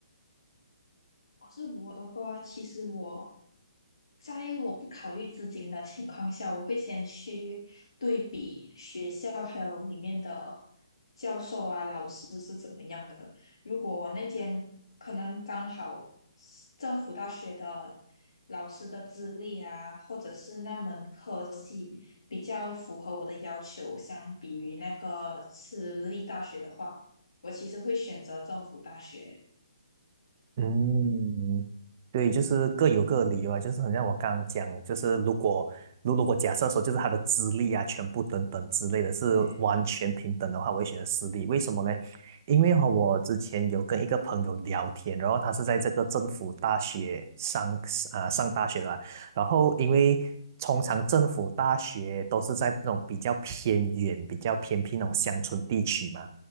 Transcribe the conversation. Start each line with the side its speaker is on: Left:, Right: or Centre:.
Left: 我是我的话，其实我在我不考虑资金的情况下，我会先去对比学校还有里面的教授啊、老师是怎么样的。如果我那间可能刚好是政府大学的老师的资历啊，或者是那门科系比较符合我的要求，相比于那个私立大学的话，我其实会选择政府大学。
Right: 嗯，对，就是各有各的理由啊，就是很像我刚刚讲，就是如果如如果假设说就是他的资历啊、全部等等之类的是完全平等的话，
Left: 对。
Right: 我会选择私立。为什么呢？因为和我之前有跟一个朋友聊天，然后他是在这个政府大学上啊、上大学的啦，然后因为通常政府大学都是在那种比较偏远、比较偏僻那种乡村地区嘛。